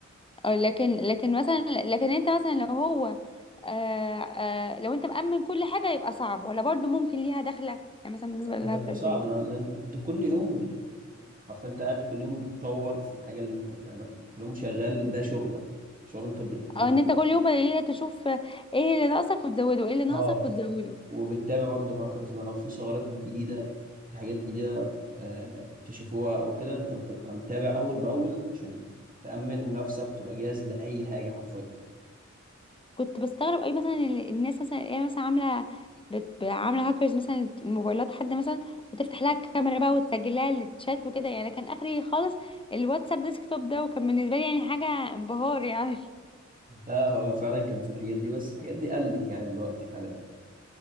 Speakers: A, on the left; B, on the right.
A: آه، لكن لكن مثلا لكن انت مثلا لو هو آه آه لو انت مأمن كل حاجة يبقى صعب ولا برضو ممكن ليها دخلة يعني مثلا بالنسبة
B: لا،
A: للهاكرز
B: هيبقى صعب
A: يعني
B: أنا لأن انت كل يوم بت... يعني حرفيا انت قاعد كل يوم بتطور في الحاجه اللي انت بتعملها كل يوم شغال ده شغلك شغل انت بت... بت...
A: اه ان انت كل يوم ايه تشوف ايه اللي ناقصك وتزوده ايه اللي ناقصك
B: اه
A: وتزوده
B: وبتتابع برضه الهاكرز ما لو في ثغرات جديده في حاجات جديده آه، اكتشفوها او كده انت بتبقى متابع اول باول عشان تأمن نفسك وتبقى جاهز لأي حاجة حرفيا
A: كنت بستغرب قوي مثلا ال- الناس مثلا ايه مثلا عامله بت- عامله هاكرز مثلا الموبايلات حد مثلا وتفتح لها الكاميرا بقى وتسجل لها الشات وكده يعني كان اخري خالص الواتساب ديسكتوب ده وكان بالنسبه لي يعني حاجه انبهار يعني <laughs>
B: لا هو فعلا كان في الحاجات دي بس الحاجات دي قلت يعني دلوقتي حاليا